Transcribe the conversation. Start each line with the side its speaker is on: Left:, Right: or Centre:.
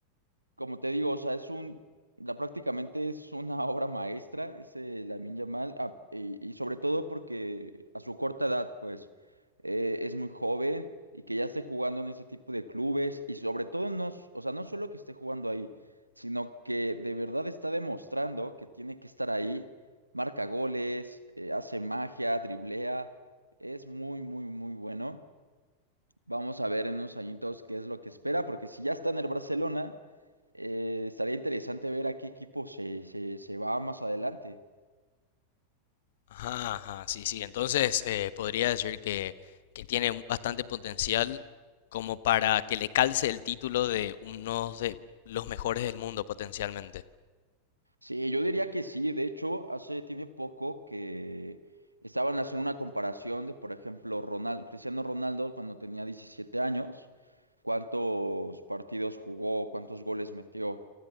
Right: como te digo, o sea, es un, la, prácticamente es una <laughs> obra maestra, ese Lamine Yamal, ah, y, y sobre todo porque a su corta edad, pues, eh, es muy joven y que ya esté jugando en ese tipo de clubes, y sobre todo, no, s- o sea, no solo que esté jugando ahí, sino que de verdad está demostrando que tiene que estar ahí, marca goles, eh, hace magia, driblea, es muy, muy, muy bueno. Vamos a ver en unos añitos qué es lo que espera, porque si ya está en el Barcelona, eh, estaría interesante ver a qué equipo se, se, se va más adelante.
Left: Ajá, ajá, sí, sí. Entonces, eh, podría decir que, que tiene un- bastante potencial como para que le calce el título de uno de los mejores del mundo potencialmente.
Right: Sí, yo diría que sí. De hecho, hace tiene poco que estaban haciendo una comparación de, por ejemplo, Ronald, Cristiano Ronaldo cuando tenía 17 años, cuántos partidos jugó, cuántos goles metió.